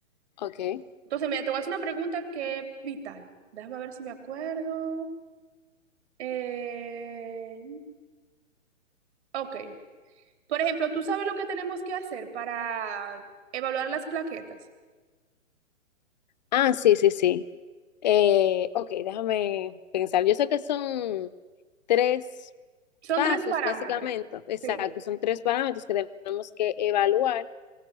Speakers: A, on the left; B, on the right.
A: Okay.
B: Entonces, mira, te voy a hacer una pregunta que es vital. Déjame ver si me acuerdo. Eh, ok. Por ejemplo, ¿tú sabes lo que tenemos que hacer para evaluar las plaquetas?
A: Ah, sí, sí, sí. Eh, ok, déjame pensar. Yo sé que son tres.
B: Son
A: pasos,
B: tres parámetros.
A: básicamente, exacto,
B: Sí.
A: son tres parámetros que tenemos que evaluar.